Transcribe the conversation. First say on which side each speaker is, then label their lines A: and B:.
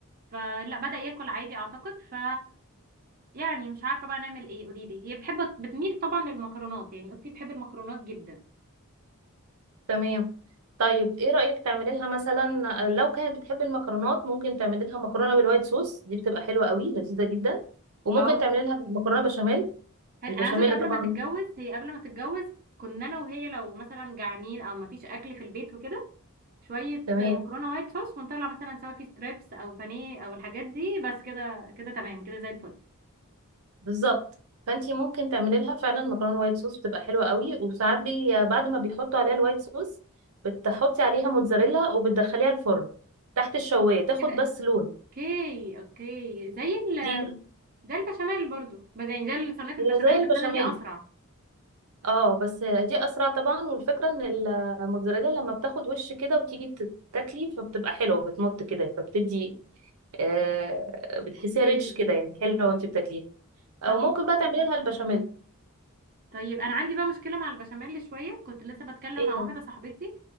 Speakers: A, on the right (about 45°); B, on the right (about 85°).
A: فلا بدأ ياكل عادي اعتقد ف يعني مش عارفه بقى نعمل ايه قولي لي هي بتحب بتميل طبعا للمكرونات يعني اختي بتحب المكرونات جدا
B: تمام طيب ايه رأيك تعملي لها مثلا لو كانت بتحب المكرونات ممكن تعملي لها مكرونة بالوايت صوص دي بتبقى حلوة قوي لذيذة جدا وممكن
A: اه
B: تعملي لها مكرونة بشاميل
A: حلو
B: البشاميل
A: انا عايزاك قبل
B: طبعا
A: ما تتجوز هي قبل ما تتجوز كنا انا وهي لو مثلا جعانين او مفيش اكل في البيت وكده شويه
B: تمام
A: مكرونه وايت صوص ونطلع مثلا سواء في ستريبس او بانيه او الحاجات دي بس كده كده تمام كده زي الفل
B: بالظبط فانتي ممكن تعملي لها فعلا مكرونه وايت صوص بتبقى حلوه قوي وساعات بي بعد ما بيحطوا عليها الوايت صوص بتحطي عليها موتزاريلا وبتدخليها الفرن تحت الشوايه تاخد
A: ايه ده
B: بس لون
A: اوكي اوكي زي ال
B: دي
A: زي البشاميل برضو بس يعني زي صينيه البشاميل
B: هي زي البشاميل
A: بس انا دي اسرع
B: اه بس دي اسرع طبعا والفكره ان الموتزاريلا لما بتاخد وش كده وتيجي تت- تاكلي فبتبقى حلوه بتمط كده فبتدي آه بتحسيها
A: اوكي
B: ريتش كده يعني حلوه وانت بتاكليها او
A: طب
B: ممكن
A: اوكي
B: بقى تعملي لها البشاميل
A: طيب انا عندي بقى مشكله مع البشاميل شويه كنت لسه بتكلم
B: ايه
A: مع واحده صاحبتي